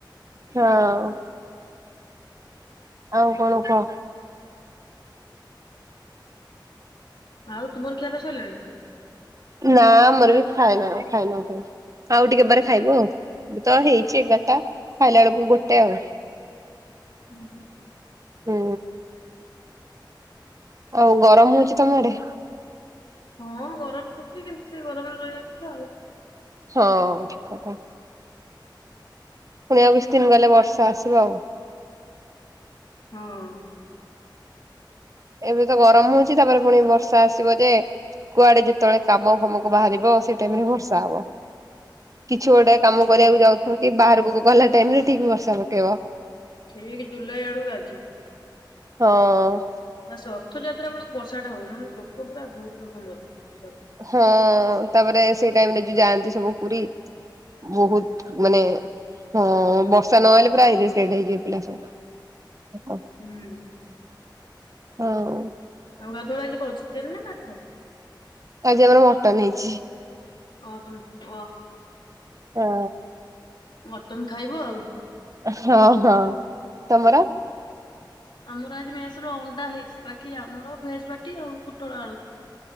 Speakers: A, on the right (about 45°); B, on the left (about 75°).
A: ହୋଉ ଆଉ କଣ କୁହ?
B: ଆଉ ତୁମର ଖିଆ ପିଆ ସାରିଲାଣି?
A: ନାଁ ଆମର ବି ଖଏନାଉ ଖାଇନୁ କେହି ଆଉ ଟିକେ ପରେ ଖାଇବୁ ଆଉ ତ ହେଇଚି ଏଗଟା ଖାଇଲା ବେଳକୁ ଗୋଟେ ଆଉ
B: ହୁଁ ହୁଁ।
A: ହୁଁ ଆଉ ଗରମ ହଉଛି ତମ ଆଡେ?
B: ହଁ ଗରମ ହଉଛି କିନ୍ତୁ ସେ ଗରମରେ ରହିବା କଥା ଆଉ।
A: ହଁ। ଫୁଣି ଆଉ କିଛି ଦିନ୍‌ ଗଲେ ବର୍ଷା ଆସିବ ଆଉ।
B: ହଁ।
A: ଏବେ ତ ଗରମ ହଉଚି ତାପରେ ପୁଣି ବର୍ଷା ଆସିବ ଯେ କୁଆଡେ ଯେତବେଳେ କାମ ଫାମକୁ ବାହାରିବ ସେଇ ଟାଇମ ରେ ଭର୍ଷା ହବ କିଛି ଗୋଟେ କାମ
B: ଠିକ
A: କରିବାକୁ ଯାଉଥୁବୁ କି ବାହାରକୁ ଗଗଲା ଟାଇମ ରେ ଠିକ୍ ବର୍ଷା ପକେଇବ।
B: ଠିକ ଜୁଲାଇ ଆଡ଼ୁକୁ ଗାଜିିବ।
A: ହଁ।
B: ନା ସେ ଅଥଯାତ୍ରା ବଳକୁ ବର୍ଷା ଟା ହବ ମୁଁ ଲୋକ ପୁରା ବହୁତ ଲୋକ ମରିବେ <unintelligible>
A: ହଁ ତାପରେ ସେଇ ଟାଇମ ରେ ଯୋଉ ଯାଆନ୍ତି ସବୁ ପୁରୀ। ବହୁତ ମାନେ ହଁ ବର୍ଷା ନହଲେ ପୁରା ଏରିଟେଡ ହେଇଯିବ ପିଲା ସବୁ। ଓହୋ।
B: ହୁଁ।
A: ଆଉ
B: ଆଉ ଗାଧୁଆ ବେଳେ ଆଜି କଣ ଚିକେନେ ନା ମାଛ?
A: ଆଜି ଆମର ମଟନ ହେଇଛି।
B: ଓ ତମ ପୁଅ
A: ହଁ।
B: ମଟନ ଖାଇବୁ ଆଉ।
A: ହଁ ହଁ ତମର?
B: ଆମର ଆଜି ମେସ ର ଅଣ୍ଡା ହେଇଛି ବାକି ଆମର ଭେଜ ବାଟି ଆଉ ପୋଟଳ ଆଳୁ।